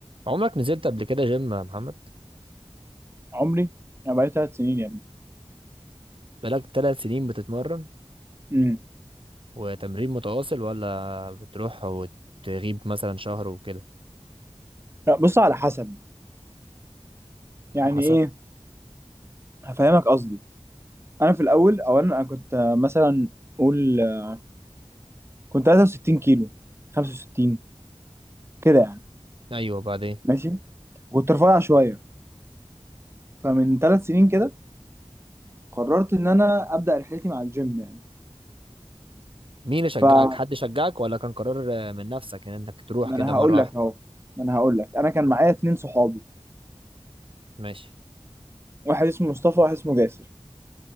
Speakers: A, on the right (about 55°); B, on the right (about 25°).
A: عمرك نزلت قبل كده جيم يا محمد
B: عمري انا بقالي ثلاث سنين يعني
A: بقالك ثلاث سنين بتتمرن
B: امم
A: وتمرين متواصل ولا بتروح وتغيب مثلا شهر وكده
B: لا بص على حسب يعني
A: على حسب
B: ايه هفهمك قصدي انا في الاول اولا انا كنت آه، مثلا قول آه، كنت 63 كيلو 65 كده يعني
A: ايوه بعدين
B: ماشي كنت رفيع شويه فمن ثلاث سنين كده قررت ان انا ابدا رحلتي مع الجيم يعني
A: مين اللي شجعك
B: فما
A: حد شجعك ولا كان قرار آه، من نفسك ان انك تروح
B: انا
A: كده مره
B: هقول
A: واحده
B: لك اهو ما انا هقول لك انا كان معايا اتنين صحابي
A: ماشي
B: واحد اسمه مصطفى وواحد اسمه جاسر